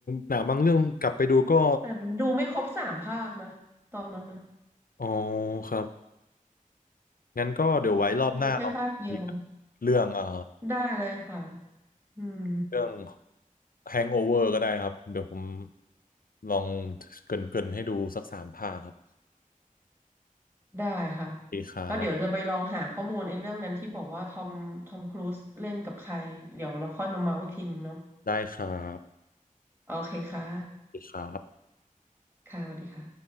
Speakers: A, on the left; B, on the right.
A: หนังบางเรื่องกลับไปดูก็
B: <laughs> แต่ดูไม่ครบสามภาคนะตอนนั้นนะ
A: อ๋อครับงั้นก็เดี๋ยวไว้รอบหน้าเราคุยกันเรื่องเอ่อ
B: ดูแค่ภาคเดียวได้เลยค่ะอืม
A: เรื่อง Hangover ก็ได้ครับเดี๋ยวผมลองเกรินๆให้ดูสักสามภาคครับ
B: ได้ค่ะ
A: ดีครับ
B: แล้วเดี๋ยวจะไปลองหาข้อมูลไอ้เรื่องนั้นที่บอกว่าทอมทอมครูซเล่นกับใคร เดี๋ยวเราค่อยมาเมาส์อีกทีนึงเนาะ
A: ได้ครับ
B: โอเคค่ะ
A: ดีครับ
B: ค่ะสวัสดีค่ะ